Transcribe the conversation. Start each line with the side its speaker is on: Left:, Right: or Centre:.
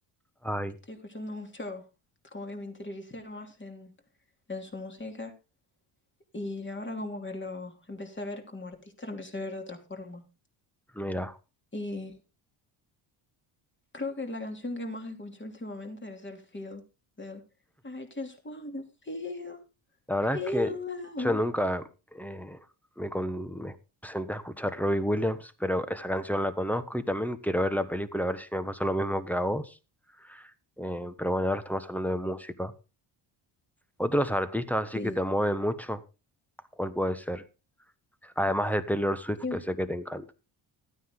Centre: Ay,
Left: Estoy escuchando mucho, como que me interioricé más en, en su música y ahora como que lo empecé a ver como artista, lo empecé a ver de otra forma.
Centre: mira.
Left: y Creo que la canción que más escuché últimamente debe ser Feel del I just wanna feel
Centre: La verdad
Left: real
Centre: es que
Left: love.
Centre: yo nunca eh, me, con- me senté a escuchar Robbie Williams, pero esa canción la conozco y también quiero ver la película a ver si me pasa lo mismo que a vos. Eh, pero bueno, ahora estamos hablando de música. Otros artistas así
Left: Sí.
Centre: que te mueven mucho, ¿cuál puede ser? Además de Taylor Swift,
Left: Y
Centre: que sé que te encanta.